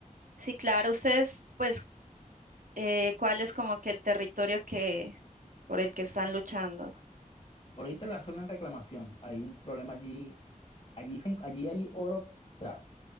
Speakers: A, on the right; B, on the left.
A: Sí, claro. Ustedes, pues, eh, ¿cuál es como que el territorio que por el que están luchando?
B: Ahorita la zona en reclamación, hay un problema allí. Allí, se en- allí hay oro, o sea,